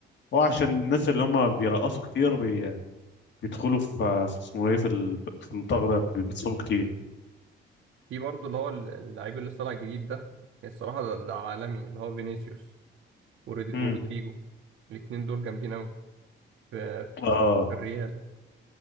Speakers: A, on the left (about 65°); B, on the right (about 75°).
A: هو عشان الناس اللي هم بيرقصوا كتير بي... بيدخلوا في في اسمه ايه في, ال... في النطاق ده بي- بيتصابوا كتير
B: في برضه اللي هو اللعيب اللي لسه طالع جديد ده يعني الصراحة ده, ده عالمي اللي هو فينيسيوس ورودي-
A: امم
B: ورودريجو الاتنين دول جامدين أوي في,
A: اه
B: في, في الريال